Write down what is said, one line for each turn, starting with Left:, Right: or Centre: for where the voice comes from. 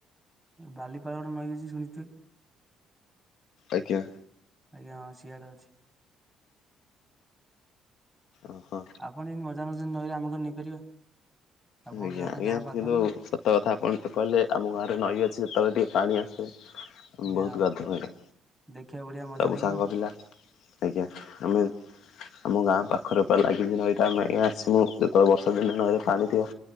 Centre: ବାଲିପାଳ ଗୋଟେ ନଈ ଅଛି ଶୁଣିଥିବେ
Left: ଆଜ୍ଞା।
Centre: ଆଜ୍ଞା ହଁ ସିଆଡେ ଅଛି।
Left: ଓହୋ।
Centre: ଆପଣ ଯଦି ମଜା ନେଉଚନ୍ତି ନଈରେ ଆମେ କଣ ନେଇପାରିବା ଆପଣଙ୍କ
Left: ଆଜ୍ଞା
Centre: ଯାହା
Left: ଆଜ୍ଞା
Centre: ଗାଁ ପାଖରେ
Left: କିନ୍ତୁ
Centre: ନା
Left: ସତ କଥା ଆପଣ ଟ କହିଲେ ଆମ ଗାଁରେ ନଈ ଅଛି ଯେତେବେଳେ ଟିକେ ପାଣି ଆସେ
Centre: ଆଜ୍ଞା
Left: ବହୁତ
Centre: ହଁ
Left: ଗାଧୁ ହେଲା
Centre: ଦେଖିବାକୁ ବଢିଆ ମଜା
Left: ସବୁ
Centre: ଲାଗିବ
Left: ସାଙ୍ଗ ପିଲା ଆଜ୍ଞା ଆମେ ଆମ ଗାଁ ପାଖରେ ପା ଲାଗିଛି ନଈ ତ ଆମେ ଆସମୁ ଯେତେବେଳେ ବର୍ଷା ଦିନେ ନଈରେ ପାଣି ଥିବ